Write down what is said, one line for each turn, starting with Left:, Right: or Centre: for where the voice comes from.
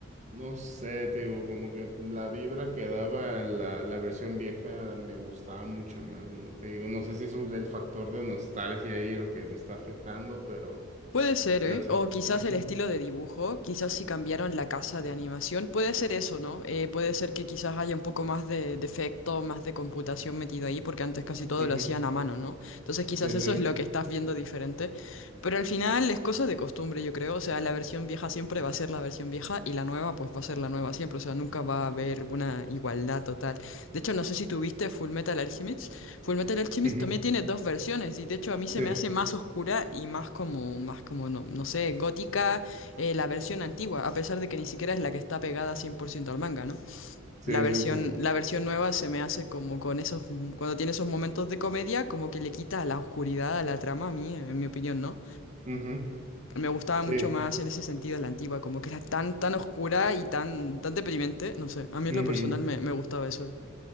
Right: no sé, te digo, como que la vibra que daba la, la versión vieja me gustaba mucho más, ¿no? Te digo, no sé si es un- el factor de nostalgia ahí lo que me está afectando, pero,
Left: Puede ser,
Right: pero
Left: ¿eh?
Right: sí.
Left: O quizás
Right: Ujú,
Left: el estilo de dibujo, quizás si cambiaron la casa de animación, puede ser eso, ¿no? Eh, puede ser que quizás haya un poco más de, de efecto, más de computación metido ahí, porque antes casi todo
Right: ujú.
Left: lo hacían a mano, ¿no? Entonces quizás
Right: Sí,
Left: eso
Right: sí.
Left: es lo que estás viendo diferente, pero al final es cosa de costumbre, yo creo, o sea, la versión vieja siempre va a ser la versión vieja y la nueva pues va a ser la nueva siempre, o sea, nunca va a haber una igualdad total. De hecho, no sé si tuviste Full Metal Alchemist. Fullmetal Alchemist
Right: Ujú.
Left: también tiene dos versiones y de hecho a mí se
Right: Sí,
Left: me hace más oscura y más como, más como no, no sé, gótica eh, la versión antigua, a pesar de que ni siquiera es la que está pegada 100% al manga, ¿no?
Right: sí,
Left: La versión,
Right: sí, sí.
Left: la versión nueva se me hace como con esos, cuando tiene esos momentos de comedia, como que le quita la oscuridad a la trama a mí, en mi opinión, ¿no?
Right: Ujú,
Left: Me gustaba
Right: Sí.
Left: mucho más en ese sentido la antigua, como que era tan, tan oscura y tan, tan deprimente, no sé, a mí
Right: ujú.
Left: en lo personal me, me gustaba eso.